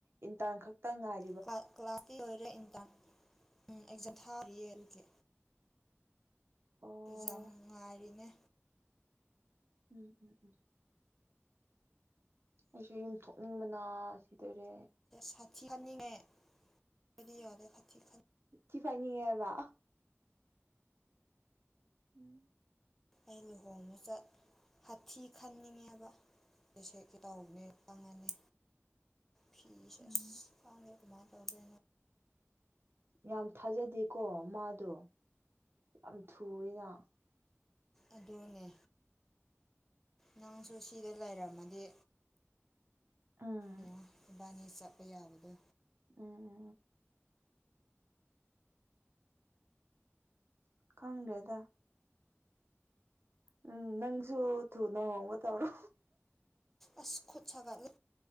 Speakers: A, on the right; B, in the centre.
A: ꯏꯟꯇꯔꯟ ꯈꯛꯇ ꯉꯥꯏ
B: ꯀ꯭ꯂꯥ-ꯀ꯭ꯂꯥꯁꯇꯤ ꯂꯣꯏꯔꯦ ꯏꯟꯇꯥꯝ ꯎꯝ ꯑꯦꯛꯖꯥꯝ ꯊꯥꯔꯤꯌꯦ ꯑꯗꯨꯒꯤ
A: ꯑꯣ
B: ꯑꯦꯛꯖꯥꯝ ꯉꯥꯏꯔꯤꯅꯦ
A: ꯎꯝ-ꯎꯝ-ꯎꯝ ꯑꯩꯁꯨ ꯌꯨꯝ ꯊꯣꯛꯅꯤꯡꯕꯅ ꯁꯤꯗꯨꯏꯔꯦ
B: ꯁꯥꯇꯤ ꯈꯥꯅꯤꯡꯉꯦ ꯑꯩꯗꯤ ꯌꯥꯗꯥ ꯍꯥꯊꯤ ꯈꯟ
A: ꯊꯤꯐꯥꯏꯅꯤꯉꯦꯕ ꯎꯝ
B: ꯑꯩ ꯂꯨꯍꯣꯡꯕ ꯆꯠ ꯍꯥꯊꯤ ꯈꯟꯅꯤꯡꯉꯦꯕ <unintelligible> ꯇꯧꯕꯅꯦ ꯇꯪꯉꯅꯤ ꯐꯤꯁꯦ
A: ꯎꯝ
B: ꯑꯁ ꯈꯪꯗꯦ ꯀꯃꯥꯏ ꯇꯧꯗꯣꯏꯅꯣ
A: ꯌꯥꯝ ꯊꯥꯖꯗꯦꯀꯣ ꯃꯥꯗꯨ ꯌꯥꯝ ꯊꯨꯑꯦꯅ
B: ꯑꯗꯨꯅꯦ ꯅꯪꯁꯨ ꯁꯤꯗ ꯂꯩꯔꯝꯃꯗꯤ
A: ꯎꯝ
B: ꯑꯣ ꯏꯕꯥꯅꯤ ꯆꯠꯄ ꯌꯥꯕꯗꯣ
A: ꯎꯝ ꯈꯪꯗ꯭ꯔꯦꯗ ꯎꯝ ꯅꯪꯁꯨꯨ ꯊꯨꯅꯥ ꯍꯣꯡꯕ ꯇꯧꯔꯣ
B: ꯑꯁ ꯈꯨꯠ ꯁꯥꯒꯠꯂꯦ